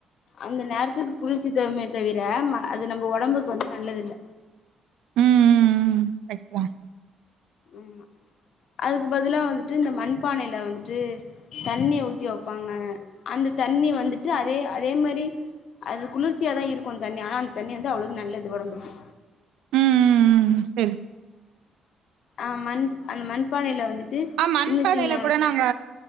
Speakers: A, on the left (about 65°); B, on the right (about 85°).
A: அந்த நேரத்துக்கு குளிர்ச்சி தருமே தவிர அது நம்ம ஒடம்புக்கு வந்து நல்லது இல்ல
B: ம் ம் ம் கரெட்டுதா
A: ம் அதுக்கு பதுலா வந்துட்டு இந்த மண்பானையில வந்துட்டு தண்ணிய ஊத்தி வைப்பாங்க அந்த தண்ணி வந்துட்டு அதே அதே மாரி அது குளிர்ச்சியாதா இருக்கு தண்ணி ஆனா அந்த தண்ணி வந்து அவ்வளவு நல்லது ஒடம்புக்கு
B: ம், ம், ம். சரி, சரி.
A: ஆ மண் அந்த மண்பானையில வந்து
B: ஆ மண்பானையில
A: சின்ன சின்ன
B: கூட நாங்க